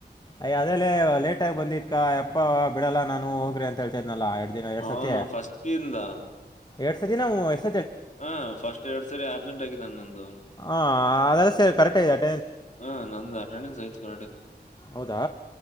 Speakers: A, on the left (about 25°); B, on the left (about 45°).
A: ಅಯ ಅದೇಲೆ ಲೇಟ್ ಆಗಿ ಬಂದಿತ್ತ್ <unintelligible> ಎಪ್ಪ ಬಿಡಲ್ಲ ನಾನು ಹೋಗ್ರಿ ಅಂತ ಹೇಳ್ತಾ ಇದ್ನಲ್ಲ ಎರಡ್ ದಿನ ಎರಡ್
B: ಅವನು
A: ಸತಿ
B: ಫಸ್ಟ್ ಇಂದ
A: ಎರ್ಡ್ ಸತಿನಾ <unintelligible>
B: ಹ ಫಸ್ಟ್ ಎರಡ್ ಸರಿ ಆಬ್ಸೆಂಟ್ ಆಕಿದಾನ್ ನಂದು
A: ಹಾ ಅದೆಲ್ಲ ಸರಿ ಕರೆಕ್ಟ್ <unintelligible>
B: ಹಾ ನಂದ್ ಅಟೆಂಡೆನ್ಸ ಐತ್ <unintelligible> <unintelligible>
A: ಹೌದಾ